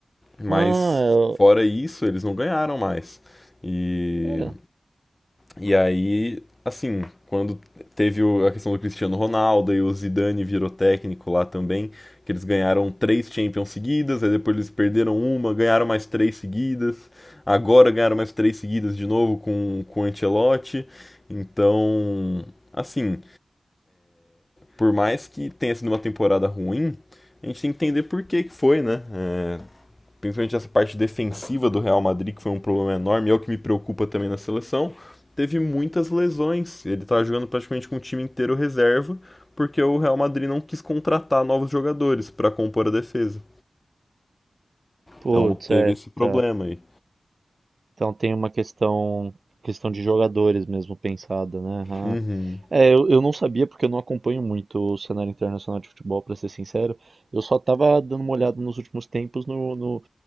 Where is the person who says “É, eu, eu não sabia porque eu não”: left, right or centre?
Right